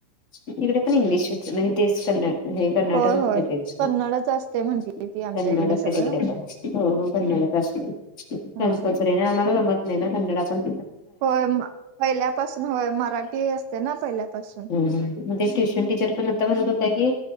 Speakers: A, on the left; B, on the right.
A: तिकडे पण इंग्लिशचं म्हणजे तेच कन्नड हे कर्नाटकात
B: होय होय
A: येत,
B: कन्नडच असते म्हटली
A: कर्नाटकात
B: ती आमच्या इकडे सगळं
A: तिकडे हो हो कन्नडच असतो.
B: हां.
A: त्यांनी आम्हाला जमत नाहीं ना कन्नड आ- पण
B: होय पहिल्यापासून होय मराठी असत ना पहिल्यापासून.
A: हम्म हम्म म्हणजे ट्युशन टीचर पण आता म्हणत होत्या की